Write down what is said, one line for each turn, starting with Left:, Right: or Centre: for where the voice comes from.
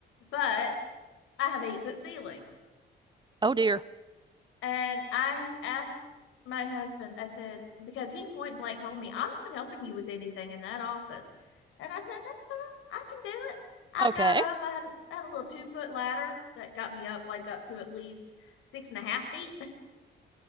Left: But I have eight foot ceilings.
Right: Oh dear.
Left: And I asked my husband, I said, because he point blank told me, I'm not helping you with anything in that office. And I said, that's fine. I can do it. I
Right: Okay.
Left: got up. I had, a- had a little two foot ladder that got me up like up to at least six and a half feet. <laughs>